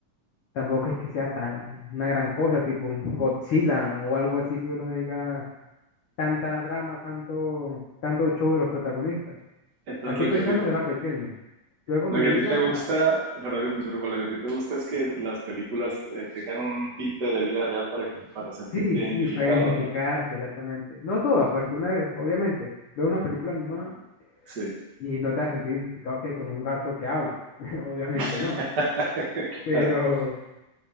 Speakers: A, on the left; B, on the right.
A: Tampoco es que sea tan una gran cosa, tipo un Godzilla o algo así que uno diga tanta drama, tanto, tanto show de los protagonistas.
B: entonces
A: Así
B: lo
A: pensando
B: que a ti te,
A: era pequeño. Luego
B: Lo
A: me
B: que
A: vi
B: a ti
A: la...
B: te gusta, perdón que te interrumpa, lo que a ti te gusta es que las películas eh, tengan un tinte de vida real para que, para sentirte
A: Sí,
B: identificado,
A: sí, para identificarse,
B: ¿verdad?
A: exactamente. No todas, porque una vez, obviamente, veo una película animada
B: Sí.
A: y no te has sentido identificado que con un gato que habla. <laughs> Obviamente
B: <laughs>
A: no. Pero,
B: Claro,